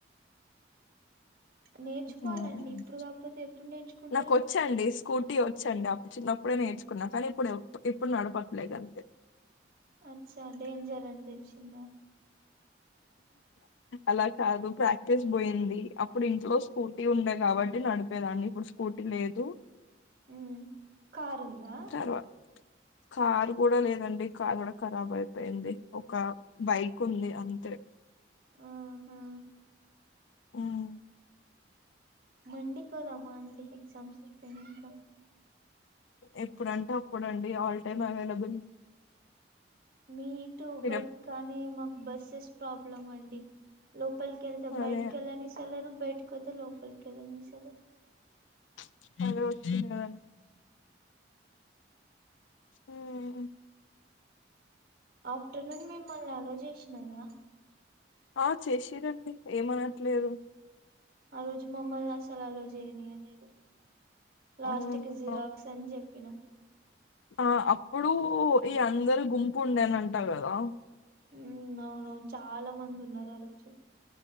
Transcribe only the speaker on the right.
నేర్చుకోవాలండి
ఇప్పుడు కాకపోతే ఎప్పుడు నేర్చుకుంటారు
అచ్చా డంజర్ అ దల్షింద
ఉమ్ కారు ఉందా
ఆహా
మండి కో దమన్డి ఎగ్జమ్ సర్పేడింగ్కా
మీ టూ
బట్
కానీ మకు బస్సెస్ ప్రాబ్లం అండి లో పప్పల్కిళ్తా బయట్
కెల్ సల బయ ఇకతే లోకల్ కల ని సరే
ఆఫ్టర్నూన్ మేమ్మల్ని అలో చేసినారా
ఆ రోజు మమ్మల్ని అసలలో చేయనీయలేదు లాస్ట్
కి జీరాక్ సంజీప్ పినం
ఉ అవునవును చాలా మంది ఉన్నారు ఆరోజు